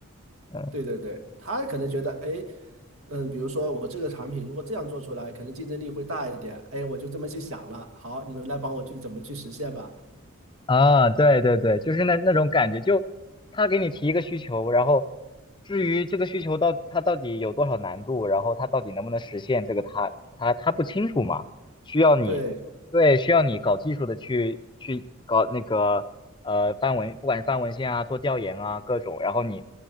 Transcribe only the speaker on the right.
对对对，他可能觉得，哎，嗯，比如说我这个产品如果这样做出来，可能竞争力会大一点，哎，我就这么去想了，好，你们来帮我去怎么去实现吧。
对，